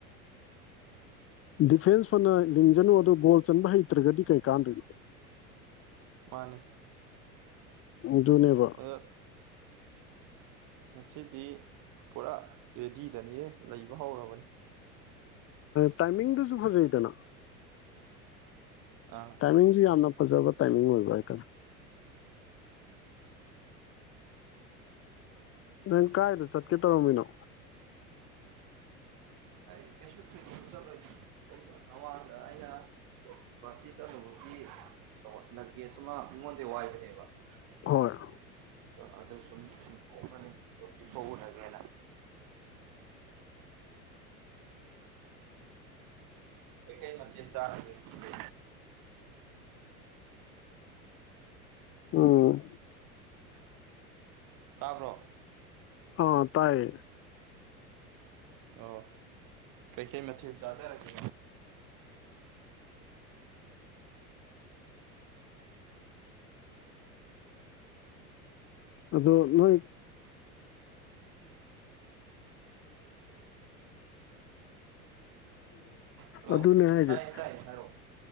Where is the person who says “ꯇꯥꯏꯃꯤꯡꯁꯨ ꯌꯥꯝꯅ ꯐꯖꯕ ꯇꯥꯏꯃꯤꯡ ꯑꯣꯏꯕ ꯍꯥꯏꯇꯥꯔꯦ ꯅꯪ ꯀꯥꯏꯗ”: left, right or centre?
Left